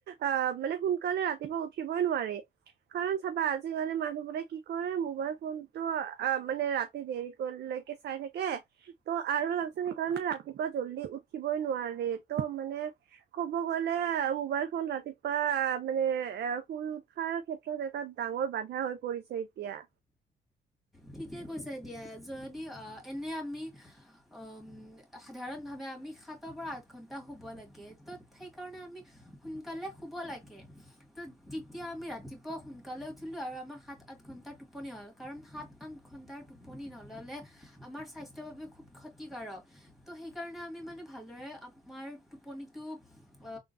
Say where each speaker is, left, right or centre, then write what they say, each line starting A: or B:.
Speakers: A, on the right; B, in the centre.
A: আহ মানে সোনকালে ৰা ৰাতিপুৱা উঠিবই নোৱাৰি কাৰণ চাবা আজিকালি মানুহবোৰে কি কৰে মোবাইল ফোনটো মানে ৰাতি দেৰি কৰিলে চাই থাকে ত' আৰু ভাবচোন সেইকাৰণে ৰাতিপুৱা জল্দি উঠিবই নোৱাৰে ত' মানে ক'ব গ'লে মোবাইল ফোন ৰাতিপুৱা মানে এ শুই উঠাৰ ক্ষেত্ৰত এটা ডাঙৰ বাধা হৈ পৰিছে এতিয়া
B: ঠিকে কৈছে এতিয়া যদি এনে আমি উ সাধাৰণ ভাৱে আমি সাতৰ পৰা- আঠ ঘন্টা শুব লাগে ত সেইকাৰণে আমি সোনকালে শুব লাগে ত তেতিয়া আমি ৰাতিপুৱা সোনকালে উঠিলো আৰু আমাৰ সাত সাত ঘণ্টা টোপনি হ'ল কাৰণ সাত আঠ তাৰ টোপনি নল'লে আমাৰ স্বাস্থ্যৰ বাবে খোব ক্ষতিকাৰক ত'হেইকাৰনে ভালদৰে আমাৰ টোপনিটো অ